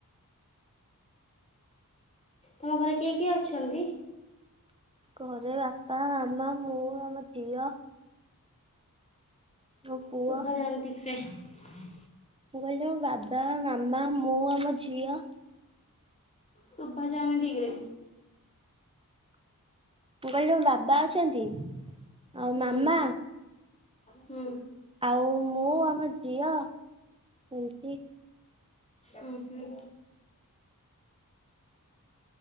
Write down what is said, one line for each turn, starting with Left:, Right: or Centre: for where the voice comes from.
Left: ତମ ଘରେ କିଏ କିଏ ଅଛନ୍ତି?
Right: ଘରେ ବାପା ମାମା ମୁଁ ଆମ ଝିଅ ମୋ ପୁଅ।
Left: ଶୁଭଜାନ ଠିକ୍ ସେ ହଁ
Right: ମୁଁ କହିଲି ମୋ ବାବା ମାମା ମୁଁ ଆମ ଝିଅ
Left: ଶୁଭାାଯାଉନି ଠିକରେ
Right: ମୁଁ କହିଲି ବାବା ଅଛନ୍ତି। ଆଉ
Left: ହୁଁ
Right: ମାମା
Left: ହୁଁ
Right: ଆଉ ମୁଁ ଆମ ଝିଅ ସେମିତି
Left: ହୁଁ ହୁଁ